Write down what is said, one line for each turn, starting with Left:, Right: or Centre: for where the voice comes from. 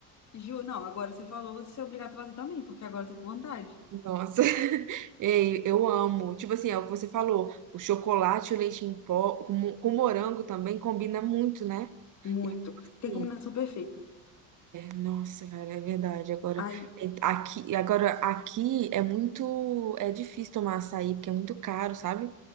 Left: Ju, não, agora você falou, você é obrigado a fazer também, porque agora eu tô com vontade.
Right: Nossa. <laughs> Ei, eu amo. Tipo assim, é o que você falou. O chocolate e o leite em pó com, mo- com morango também combina muito, né?
Left: Muito.
Right: Assim,
Left: Tem combinação perfeita.
Right: Nossa, cara, é verdade. Agora
Left: Ai,
Right: é, aqui, agora aqui é muito, é difícil tomar açaí porque é muito caro, sabe?